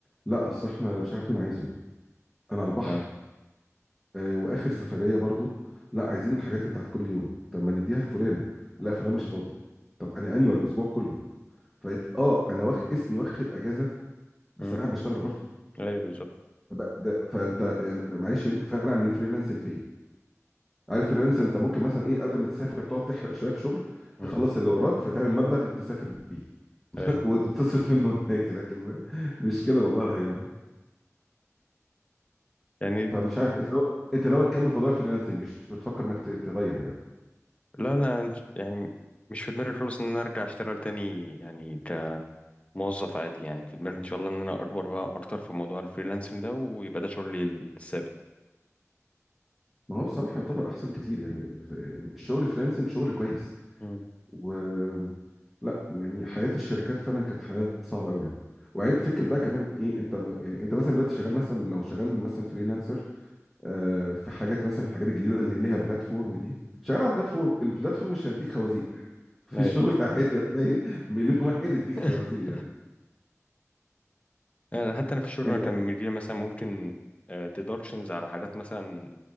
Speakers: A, in the centre; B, on the left.
A: لا اصل احنا مش عارف مين عايزه انا على البحر
B: اه
A: آه واخر سفريه برضو لا عايزين الحاجات بتاعت كل يوم طب ما نديها لفلان لا فلان
B: مم.
A: مش فاضي طب انا اني الاسبوع كله فقلت اه انا واخد اسمي واخد اجازه بس
B: مم.
A: انا قاعد بشتغل برضو
B: ايوه بالظبط
A: فده- ده- فانت يعني معلش يعني فرق عن الفريلانسنج في ايه عارف فريلانسر انت ممكن مثلا ايه قبل ما تسافر تقعد تحرق شويه في شغل
B: مم.
A: تخلص اللي وراك فتعمل مبلغ تسافر بيه <laughs>
B: ايوه
A: وتصرف منه هناك لكن مش كده والله يعني
B: يعني
A: فمش عارف انت لو انت ناوي تكمل في موضوع الفريلانسنج مش بتفكر انك ت- تغير يعني
B: لا انا يعني مش في دماغي خالص ان انا ارجع اشتغل تاني يعني كموظف عادي يعني في دماغي ان شاء الله ان انا اكبر بقى اكتر في موضوع الفريلانسنج ده ويبقى ده شغلي الثابت
A: ما هو بصراحه يعتبر احسن كتير يعني الف- يعني الشغل فريلانسنج شغل كويس
B: امم
A: و لا يعني حياه الشركات فعلا كانت حياه صعبه قوي يعني وعين فكره بقى كمان ايه انت ما- يعني انت مثلا دلوقتي شغال مثلا لو شغال مثلا فريلانسر آه، في حاجات مثلا في الحاجات الجديده اللي ليها بلاتفورم دي شغال على بلاتفورم البلاتفورم مش هيديك خوازيق <laughs> في
B: ايوه
A: الشغل عادي هتلاقي مليون واحد يديك
B: <laughs>
A: خوازيق يعني
B: يعني حتى انا في الشغل
A: انت
B: انا كان مديري مثلا ممكن ديدكشنز على حاجات مثلا